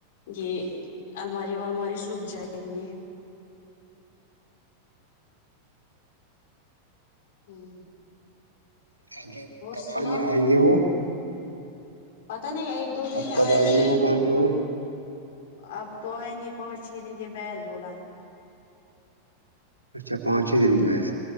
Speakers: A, on the left; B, on the right.
A: یہ الماری والماری سوکھ جائیں گے ہوں
B: <unintelligible>
A: سنا پتا نہیں ایک دو دن
B: اب
A: میں
B: کب
A: آئیں گے وہ
B: <unintelligible>
A: اب تو آئیں گے پانچ چھ دن کے بید بولا
B: اچھا پانچ چھ دن میں